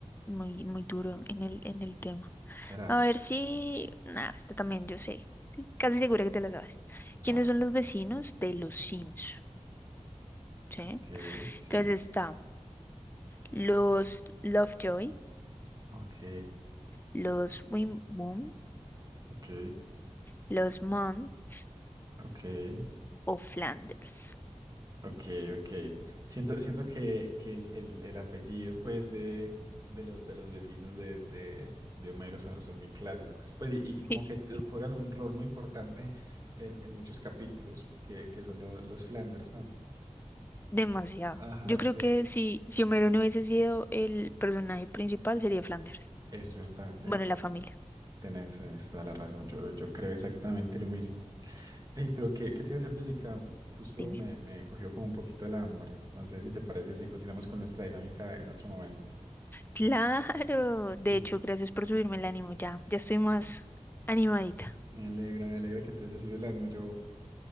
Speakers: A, on the left (about 15°); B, on the right (about 30°).
A: muy, muy duro en el, en el tema.
B: ¿Será?
A: A ver si, nada, esta también yo sé. Estoy Casi segura que te la sabes.
B: Ah,
A: ¿Quiénes son los vecinos de los Sims? ¿Sí?
B: ok, sí.
A: Entonces está los Lovejoy,
B: Ok,
A: los Wimboom,
B: ok,
A: los Monts
B: ok.
A: o Flanders.
B: Ok, ok. Siento, siento que, que el, el- el apellido, pues, de, de, los, de los vecinos de, de, de Homero son, son muy clásicos. Pues, y, y como
A: <laughs>
B: que t- juegan un rol muy importante en, en muchos capítulos, que, que son lo- los Flanders, ¿no?
A: Demasiado.
B: Ajá,
A: Yo
B: es,
A: creo
B: ver-
A: que si, si Homero no hubiese sido el personaje principal, sería Flanders.
B: es verdad. te-
A: Bueno, la familia,
B: Tenés, tenés toda la razón. Yo, yo creo exactamente lo mismo. Ey, pero ¿qué, qué te iba a hacer, Jessica? Justo
A: dime.
B: me,
A: <laughs>
B: me cogió como un poquito el hambre. No sé si te parece si continuamos con nuestra dinámica en otro momento.
A: Claro. De
B: Sí.
A: hecho, gracias por subirme el ánimo. Ya, ya estoy más animadita.
B: Me alegra, me alegra que te haya subido el ánimo. Yo,